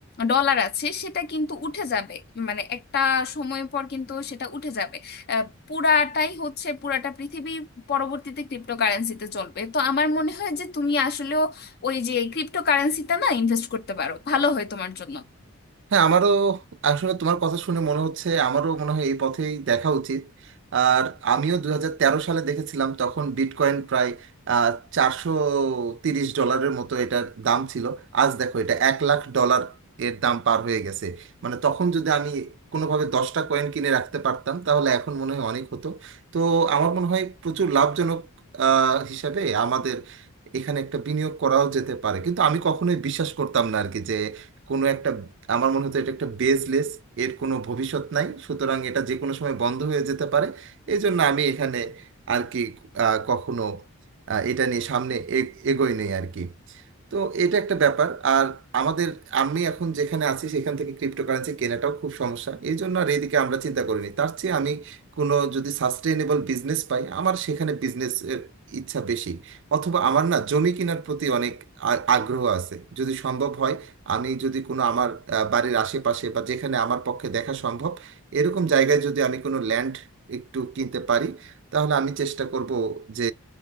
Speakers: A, on the left; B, on the right.
A: ডলার আছে সেটা কিন্তু উঠে যাবে মানে একটা সময় পর কিন্তু সেটা উঠে যাবে আহ, পুরাটাই হচ্ছে পুরাটা পৃথিবী পরবর্তীতে ক্রিপ্টোকারেন্সিতে চলবে তো আমার মনে হয় যে তুমি আসলেও ওই যে ক্রিপ্টোকারেন্সিতে না ইনভেস্ট করতে পারো ভালো হয় তোমার জন্য
B: হ্যাঁ আমারও আসলে তোমার কথা শুনে মনে হচ্ছে আমারও মনে হয় এই পথেই দেখা উচিত আর আমিও দু হাজার তেরো সালে দেখেছিলাম তখন বিটকয়েন প্রায় চারশো তিরিশ ডলারের মতো এটার দাম ছিল আজ দেখো এটা এক লাখ ডলার এর দাম পার হয়ে গেছে মানে তখন যদি আমি কোনোভাবে দশটা কয়েন কিনে রাখতে পারতাম তাহলে এখন মনে হয় অনেক হতো তো আমার মনে হয় প্রচুর লাভজনক আহ, হিসাবে আমাদের এখানে একটা বিনিয়োগ করাও যেতে পারে কিন্তু আমি কখনোই বিশ্বাস করতাম না আর কি যে কোনো একটা আমার মনে হতো এটা একটা বেসলেস এর কোনো ভবিষ্যৎ নাই সুতরাং এটা যে কোনো সময় বন্ধ হয়ে যেতে পারে এই জন্য আমি এখানে আর কি আহ, কখনো আহ, এটা নিয়ে সামনে এ- এগোই নেই আর কি তো এটা একটা ব্যাপার আর আমাদের আমি এখন যেখানে আছি সেখান থেকে ক্রিপ্টোকারেন্সি কেনাটাও খুব সমস্যা এই জন্য আর এইদিকে আমরা চিন্তা করিনি তার চেয়ে আমি কোনো যদি সাস্টেইনেবল বিজনেস পাই আমার সেখানে বিজনেস ইচ্ছা বেশি অথবা আমার না জমি কেনার প্রতি অনেক আ- আগ্রহ আছে যদি সম্ভব হয় আমি যদি কোনো আমার আহ, বাড়ির আশেপাশে বা যেখানে আমার পক্ষে দেখা সম্ভব এরকম জায়গায় যদি আমি কোনো ল্যান্ড একটু কিনতে পারি তাহলে আমি চেষ্টা করব যে